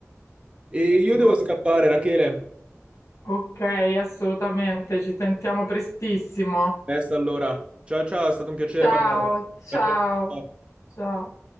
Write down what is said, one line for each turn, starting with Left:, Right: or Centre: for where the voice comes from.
Right: E io devo
Left: Vabbè.
Right: scappare, Rachele.
Left: Ok, assolutamente, ci sentiamo prestissimo.
Right: Resta allora. Ciao ciao, è stato un piacere
Left: Ciao,
Right: parlare. Ciao
Left: ciao,
Right: ciao.
Left: ciao.